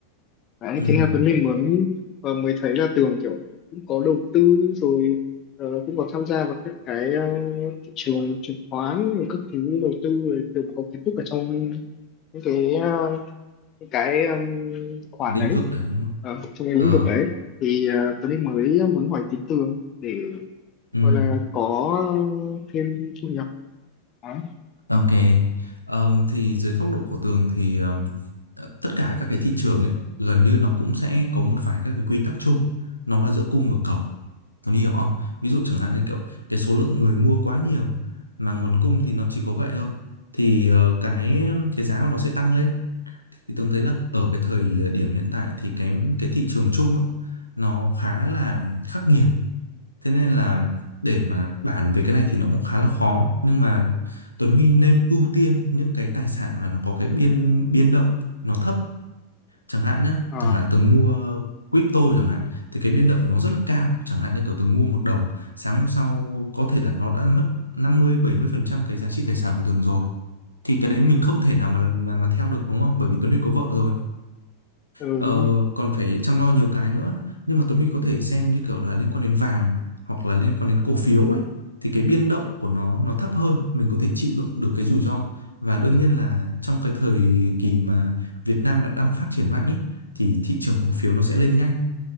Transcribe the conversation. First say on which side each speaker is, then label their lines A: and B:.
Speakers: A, on the left (about 35°); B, on the left (about 85°).
A: Đấy,
B: Ừ,
A: thế là Tuấn Linh mới ờ, mới thấy là Tường kiểu cũng có đầu tư rồi ờ, cũng có tham gia vào các cái ờ, thị trường chứng khoán rồi các thứ đầu tư rồi Tường có kiến thức ở trong những cái ờ, những cái um, khoản
B: lĩnh
A: đấy
B: vực đấy đúng không?
A: ờ, trong cái
B: Ờ,
A: lĩnh vực đấy thì ờ, Tuấn Linh mới muốn hỏi tí Tường để
B: ừ.
A: gọi là có thêm thu nhập đó
B: Ok, Ờm, thì dưới góc độ của Tường thì ờm, ờ, tất cả các cái thị trường ấy gần như nó cũng sẽ có một vài các cái quy tắc chung, nó là giữa cung và cầu. Tường hiểu không? Ví dụ chẳng hạn như kiểu cái số lượng người mua quá nhiều mà nguồn cung thì nó chỉ có vậy thôi, thì ờ, cái cái giá của nó sẽ tăng lên. Thì Tường thấy là ở cái thời điểm hiện tại thì cái cái thị trường chung ấy, nó khá là khắc nghiệt Thế nên là để mà bàn về cái này thì nó cũng khá là khó nhưng mà Tuấn Huy nên ưu tiên những cái tài sản mà nó có cái biên biên động nó thấp chẳng hạn nhá
A: ờ
B: chẳng hạn Tường mua crypto chẳng hạn thì cái biên động của nó rất là cao chẳng hạn như kiểu Tường mua một đồng sáng hôm sau có thể là nó đã mất năm mươi bảy mươi phần trăm cái giá trị tài sản của Tường rồi thì cái đấy mình không thể nào mà mà mà theo được đúng không bởi vì Tuấn Huy có vợ rồi
A: ừ,
B: Ờ,
A: đúng không
B: còn phải chăm lo nhiều cái nữa nhưng mà Tuấn Huy có thể xem như kiểu là liên quan đến vàng hoặc là liên quan đến cổ phiếu ấy thì cái biên động của nó nó thấp hơn mình có thể chịu đựng được cái rủi ro và đương nhiên là trong cái thời kỳ mà Việt Nam đã đang phát triển mạnh ấy thì thị trường cổ phiếu nó sẽ lên nhanh